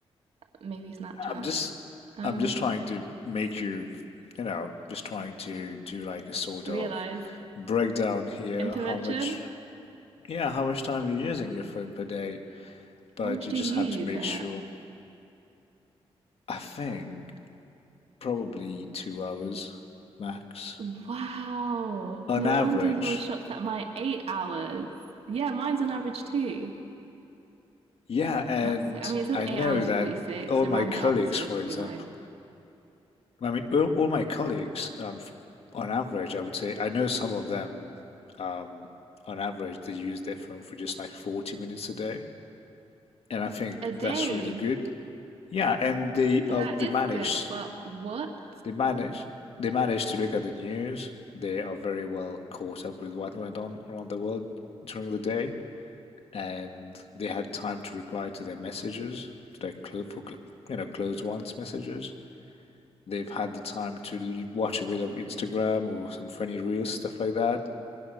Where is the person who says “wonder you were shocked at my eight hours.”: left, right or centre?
Right